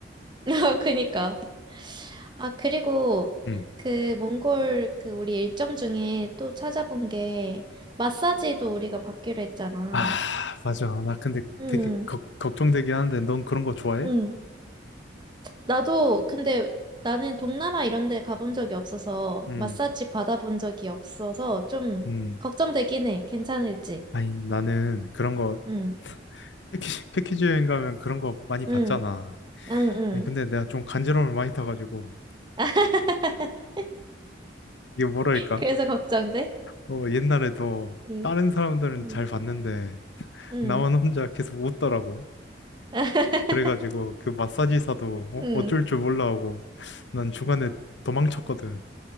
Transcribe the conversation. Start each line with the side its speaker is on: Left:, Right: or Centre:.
Right: <laughs> 어, 그니까. 아, 그리고
Left: 음.
Right: 그 몽골 그 우리 일정 중에 또 찾아본 게 마사지도 우리가 받기로 했잖아.
Left: 아, 맞아. 나 근데
Right: 응,
Left: 되게 걱- 걱정되긴 하는데, 넌 그런 거 좋아해?
Right: 응. 나도 근데 나는 동남아 이런 데 가본 적이 없어서
Left: 음.
Right: 마사지 받아본 적이 없어서 좀
Left: 음,
Right: 걱정되긴 해. 괜찮을지.
Left: 아니, 나는 그런 거,
Right: 응,
Left: 패키지, 패키지 여행 가면 그런 거 많이 봤잖아.
Right: 응, 응, 응.
Left: 아니, 근데 내가 좀 간지러움을 많이 타가지고,
Right: <laughs>
Left: 이게 뭐랄까?
Right: 그래서 걱정돼?
Left: 어, 옛날에도
Right: 응,
Left: 다른 사람들은
Right: 응,
Left: 잘 봤는데,
Right: 응.
Left: 나만 혼자 계속 웃더라고.
Right: <laughs>
Left: 그래가지고, 그 마사지사도 어?
Right: 응.
Left: 어쩔 줄 몰라 하고, 난 중간에 도망쳤거든.